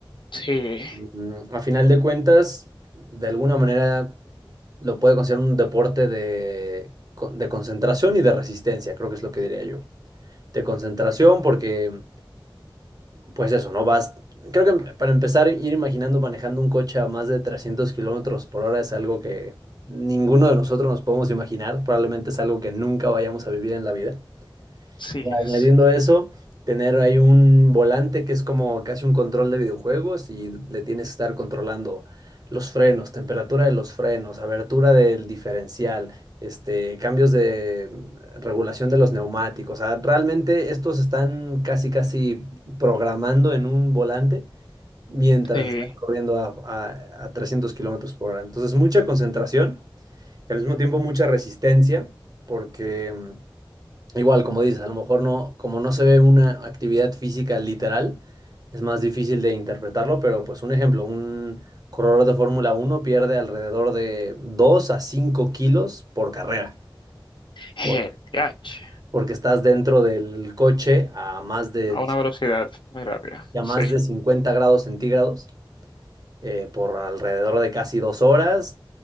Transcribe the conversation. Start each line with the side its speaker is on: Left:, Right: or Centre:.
Left: Sí.
Right: Mm, A final de cuentas, de alguna manera lo puede considerar un deporte de, con- de concentración y de resistencia, creo que es lo que diría yo. de concentración porque, pues eso, ¿no? Vas, creo que para empezar, ir imaginando manejando un coche a más de 300 kilómetros por hora es algo que ninguno de nosotros nos podemos imaginar, probablemente es algo que nunca vayamos a vivir en la vida.
Left: Sí,
Right: Y
Left: es.
Right: Añadiendo eso, tener ahí un volante que es como casi un control de videojuegos y le tienes que estar controlando los frenos, temperatura de los frenos, abertura del diferencial, este, cambios de mm, regulación de los neumáticos. O sea, realmente estos están casi casi programando en un volante mientras
Left: Sí.
Right: están corriendo a, a- a 300 kilómetros por hora. Entonces, mucha concentración y al mismo tiempo mucha resistencia porque... mm, Igual, como dices, a lo mejor no, como no se ve una actividad física literal, es más difícil de interpretarlo, pero pues un ejemplo, un corredor de Fórmula uno pierde alrededor de 2 a 5 kilos por carrera,
Left: El
Right: por-
Left: DH,
Right: porque estás dentro del coche a más de,
Left: A una velocidad muy rápida.
Right: a
Left: Sí.
Right: más de 50 grados centígrados eh, por alrededor de casi dos horas,